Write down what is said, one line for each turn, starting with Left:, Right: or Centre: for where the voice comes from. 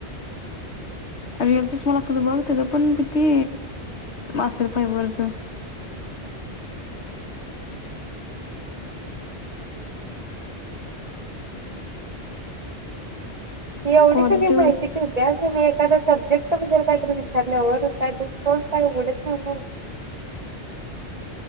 Left: रिअल च मला लागत बघ त्याच पण किती असेल फायबरच
Right: एवढी
Left: क्वालिटी
Right: सगळी माहिती ठेवत्यातस आणि एखादा सब्जेक्ट वगैर काहीतरी विचारल्यावर काहीतरी सोड काढच नाही